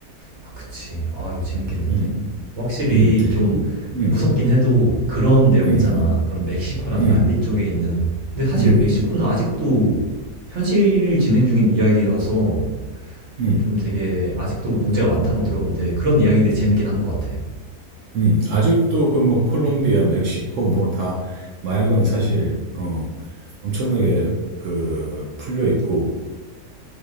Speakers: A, on the right; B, on the right.
A: 아, 그치. 아, 이거 재밌겠는데?
B: 음,
A: 확실히
B: 음,
A: 좀
B: 음, 음,
A: 무섭긴 해도 그런 내용
B: 음,
A: 있잖아. 그런 멕시코랑
B: 음,
A: 남미 쪽에 있는. 근데 사실
B: 음, 음,
A: 멕시코는
B: 음,
A: 아직도 현실 진행 중인 이야기라서
B: 음, 음.
A: 좀 되게 아직도 문제가 많다고
B: 음,
A: 들었는데 그런 이야기들이 재밌긴 한 것 같아.
B: 음. 아직도 그 뭐 콜롬비아, 멕시코 뭐 다 마약은 사실 어, 엄청나게 그 풀려 있고